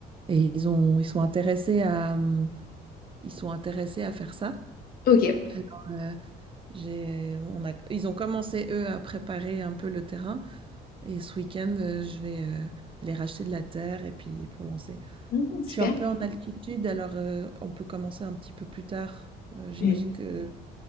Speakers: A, on the right (about 30°); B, on the left (about 60°).
A: et ils ont, ils sont intéressés à, hum, ils sont intéressés à faire ça.
B: ok.
A: Alors, euh, J'ai on a ils ont commencé, eux, à préparer un peu le terrain et ce week-end, heu, je vais, heu, aller racheter de la terre et puis pour lancer.
B: Mm, super.
A: Je suis un peu en altitude alors, heu, on peut commencer un petit peu plus tard. Heu, j'imagine
B: Mm.
A: que